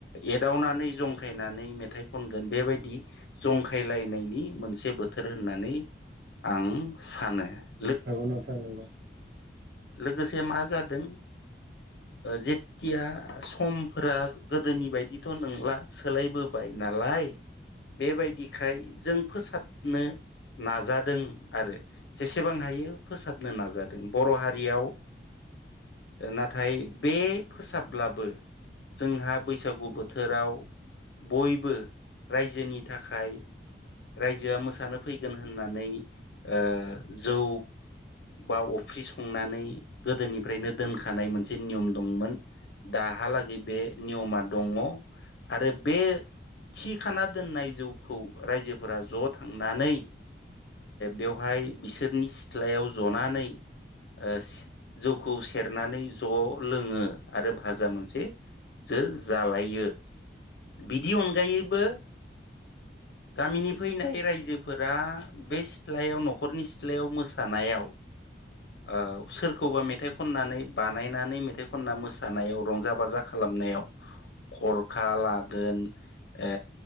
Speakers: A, on the left; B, on the right.
A: एदावनानै जंखायनानै मेथाइ खनगोन बेबायदि जंखा खायलायनायनि मोनसे बोथोर होननानै आं सानो ।
B: नंगौ नोंथां नंगौ
A: लोगोसे मा जादों जेथिया समफोरा गोदोनि बायदिथ' नंला सोलायबोबाय नालाय बेबायदि खाय जों फोसाबनो नाजादों आरो जेसेबां हायो फोसाबनो नाजादों बर' हारियाव
B: <inaudible>
A: नाथाय बे फोसाब्लाबो जोंहा बैसागु बोथोराव बयबो रायजोनि थाखाय रायजोआ मोसानो फैगोन होननानै ओ जौ बा अफ्रि संनानै गोदोनिफ्रायनो दोनखानाय मोनसे नियम दंमोन । दाहालागै बे नियमा दङ आरो बे थि खाना दोननाय जौखौ रायजोफोरा ज' थांनानै बेवहाय बिसोरनि सिथ्लायाव जनानै ओ से जौखौ सेरनानै ज' लोङो आरो भाजा मोनसे जो जालायो बिदि अनगायैबो गामिनि फैनाय रायजोफोरा बे सिथ्लायाव न'खरनि सिथ्लायाव मोसानायाव
B: <inaudible>
A: ओ सोरखौबा मेथाइ खननानै बानायनानै मेथाइ खनना मोसानायाव रंजा बाजा खालाम नायाव खरखा लागोन ओ